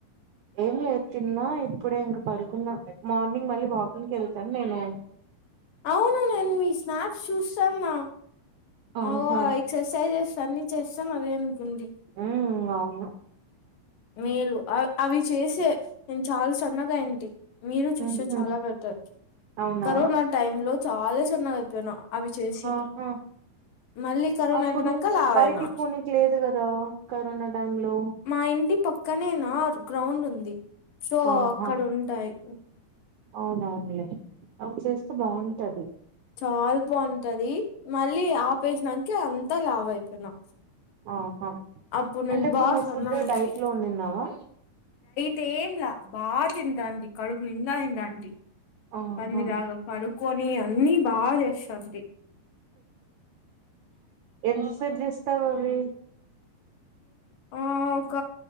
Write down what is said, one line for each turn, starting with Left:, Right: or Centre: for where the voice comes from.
Right: ఏం లేదు తిన్నా ఇప్పుడే ఇంక పడుకున్నా మార్నింగ్ మళ్ళీ వాకింగ్కి వెళ్తాను నేను
Left: అవును నన్ మీ స్ స్నాప్స్ చూస్తాన్నా
Right: ఆహా
Left: ఓ ఎక్సర్సైజ్స్ అన్నీ చేస్తాం అదేండి కుంది
Right: ఉమ్ అవును
Left: మేలు అ అవి చేసే నేను చాలా సన్నగా అయింది మీరు చేస్తే
Right: ఉహు
Left: చాలా బెటర్
Right: అవునా
Left: కరోనా టైమ్ లో చాలా చన్నగా అయిపో పోయినా అవి చేసి
Right: ఆహా
Left: మళ్ళీ కరోనా
Right: అప్పుడు
Left: అయిపోయినాక లావయినా
Right: బయటికి పోనీకి లేదు కరోనా టైమ్ లో
Left: మా ఇంటి పక్కనేనా గ్రౌండ్ ఉంది సో
Right: ఆహా
Left: అక్కడ ఉంటాయి
Right: అవునవునులే అవి చేస్తే బాగుంటది
Left: చాలా బాగుంటది మళ్ళీ ఆపేసడానికి అంతా లాభ అయిపోయినా
Right: ఆహా
Left: అప్పుడు నేను
Right: అంటే ఇప్పుడు
Left: బాగా
Right: నువ్వు
Left: సన్నగుంటి
Right: ఫుడ్ డైట్ లో ఉన్నున్నావా
Left: తేంలా బాగా తింటాంటి నేను కడుపు నిండా తింటాంటీ
Right: ఆహా
Left: పందిలాగ పరు కొని అన్ని బాగా చేస్తాంటి
Right: ఎంత సేన్జేస్తావ్ అవి
Left: ఆహ్ ఒక